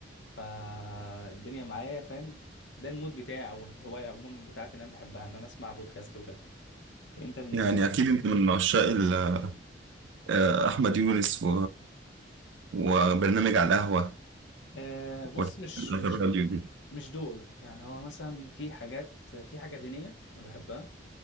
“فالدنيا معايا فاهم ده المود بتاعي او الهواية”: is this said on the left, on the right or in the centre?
Left